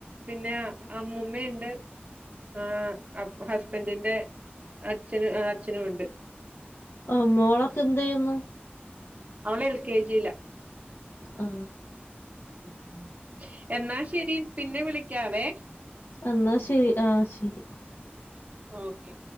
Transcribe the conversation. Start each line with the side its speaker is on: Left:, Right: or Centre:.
Right: പിന്നെ ആ അമ്മൂമ്മയിണ്ട് ആ അപ്പൊ ഹസ്ബന്റിന്റെ അച്ഛനു ആ അച്ഛനുവൊണ്ട്
Left: ആ മോളൊക്കെ എന്തെയുന്നു
Right: അവനെൽകേ ജിലാ
Left: ആ
Right: ഉം എന്നാ ശെരി പിന്നെ വിളിക്കാവേ
Left: അന്നാ ശെരി ആ ശെരി
Right: ഓക്കെ